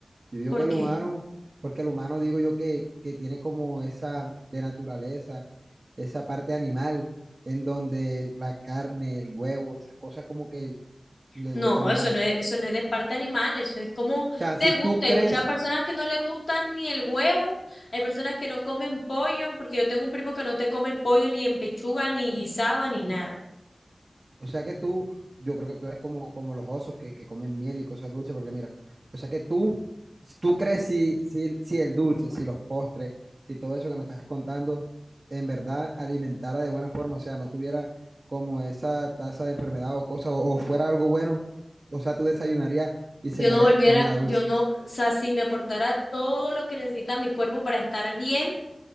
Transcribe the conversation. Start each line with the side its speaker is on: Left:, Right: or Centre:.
Right: yo digo
Left: porque
Right: que el humano, porque el humano digo yo que, que tiene como esa de naturaleza, esa parte animal, en donde la carne, el huevo, esas cosas como que le
Left: No,
Right: gustan
Left: eso
Right: más.
Left: no es, eso no es de parte animal, eso es como
Right: O sea,
Left: de
Right: si
Left: gusto.
Right: tú
Left: Hay
Right: crees
Left: muchas personas que no le gustan ni el huevo, hay personas que no comen pollo, porque yo tengo un primo que no te come el pollo ni en pechuga, ni guisado, ni nada.
Right: O sea que tú, yo creo que tú eres como, como los osos que, que comen miel y cosas dulces, porque mira, o sea que tú, si tú crees si, si, si el dulce, si los postres, si todo eso que me estás contando, en verdad alimentara de buena forma, o sea, no tuviera como esa tasa de enfermedad o cosa, o, o fuera algo bueno, o sea, tú desayunarías y
Left: Yo
Right: cenarías
Left: no volviera,
Right: comida No,
Left: yo
Right: dulce. <laughs>
Left: no, o sea, si me aportara todo lo que necesita mi cuerpo para estar bien,